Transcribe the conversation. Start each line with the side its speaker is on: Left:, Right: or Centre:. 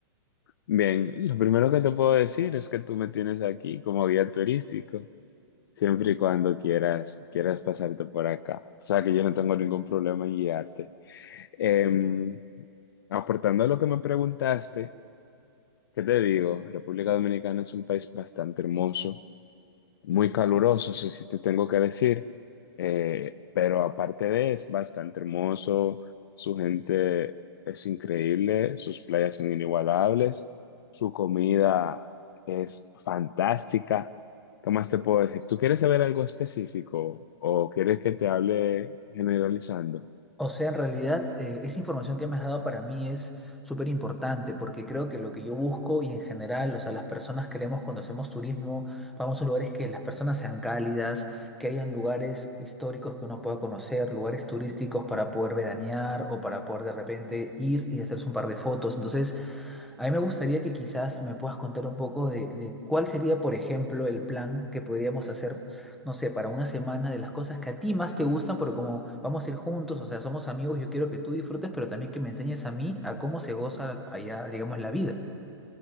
Left: Bien, lo primero que te puedo decir es que tú me tienes aquí como guía turístico, siempre y cuando quieras, quieras pasarte por acá. O sea que yo no tengo ningún problema en guiarte. Em, aportando a lo que me preguntaste, ¿qué te digo? República Dominicana es un país bastante hermoso, muy caluroso, eso sí te tengo que decir, eh, pero aparte de es bastante hermoso, su gente es increíble, sus playas son inigualables, su comida es fantástica. ¿Qué más te puedo decir? ¿Tú quieres saber algo específico o quieres que te hable generalizando?
Centre: O sea, en realidad, eh, esa información que me has dado para mí es súper importante porque creo que lo que yo busco y en general, o sea, las personas queremos cuando hacemos turismo, vamos a lugares que las personas sean cálidas, que hayan lugares históricos que uno pueda conocer, lugares turísticos para poder veranear o para poder de repente ir y hacerse un par de fotos. Entonces, a mí me gustaría que quizás me puedas contar un poco de, de cuál sería, por ejemplo, el plan que podríamos hacer, no sé, para una semana de las cosas que a ti más te gustan, porque como vamos a ir juntos, o sea, somos amigos, yo quiero que tú disfrutes, pero también que me enseñes a mí a cómo se goza allá, digamos, la vida.